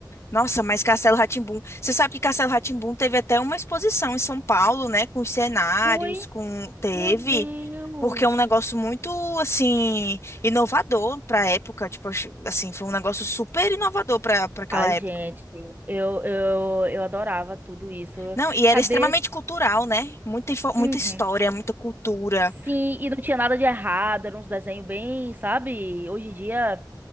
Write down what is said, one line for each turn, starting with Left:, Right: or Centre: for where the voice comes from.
Left: Nossa, mas Castelo rá tim Você sabe que Castelo rá tim teve até uma exposição em São Paulo, né? Com os cenários,
Right: Foi,
Left: com... Teve...
Right: meu Deus.
Left: Porque é um negócio muito, assim, inovador para a época. Tipo, acho- assim, foi um negócio super inovador para para aquela
Right: Ai,
Left: época.
Right: gente, eu, eu, eu adorava tudo isso.
Left: Não, e era
Right: Cadê?
Left: extremamente cultural, né? Muita, info- muita
Right: Uhum.
Left: história, muita cultura.
Right: Sim, e não tinha nada de errado, era uns desenhos bem, sabe? Hoje em dia,